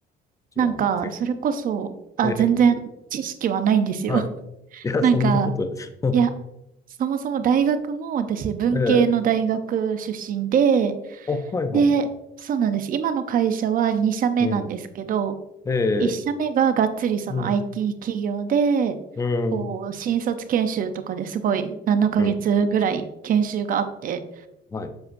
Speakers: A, on the left; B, on the right.
A: じゃあ、
B: なんか、
A: け、
B: それこそ、あ、
A: ええ。
B: 全然知識はないんですよ。
A: はい。
B: <laughs>
A: いや、
B: なんか、
A: そんなことない。<laughs>
B: いや、そもそも大学も私文系の大学出身で、
A: ええ。あ、はいはい。
B: で、そうなんです。今の会社は2社目なんですけど、
A: うん。ええ。
B: 1社目ががっつりその
A: うん。
B: IT 企業で、
A: うん。
B: こう、新卒研修とかですごい7ヶ月ぐらい研修があって、
A: うん。はい。